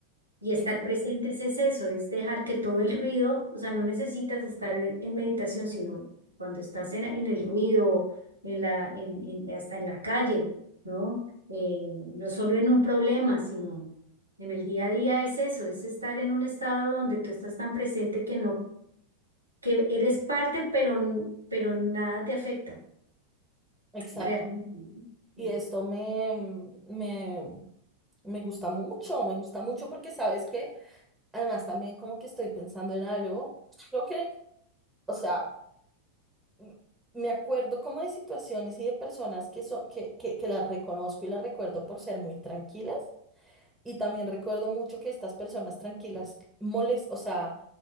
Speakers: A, on the right; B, in the centre.
A: Y estar
B: exa-
A: presentes es eso, es dejar que todo el ruido, o sea, no necesitas estar en en meditación, sino cuando estás en, en el ruido, en la, en, en- hasta en la calle, ¿no? Eh, no solo en un problema, sino en el día a día es eso, es estar en un estado donde tú estás tan presente que no, que eres parte, pero, n- pero nada te afecta
B: Exacto.
A: realmente.
B: Y
A: ¿no?
B: esto me, me, me gusta mucho, me gusta mucho porque sabes que además también como que estoy pensando en algo, creo que, o sea, m- me acuerdo como de situaciones y de personas que, son, que, que, que las reconozco y las recuerdo por ser muy tranquilas y también recuerdo mucho que estas personas tranquilas molest, o sea,